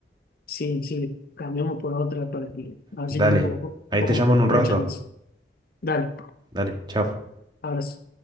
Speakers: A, on the left; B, on the right.
A: sí, sí, cambiamos por otra para que, a ver
B: Dale.
A: si tengo un poco,
B: Ahí
A: un poco
B: te llamo en un
A: más
B: rato.
A: de chance. Dale,
B: Dale, chao.
A: abrazo.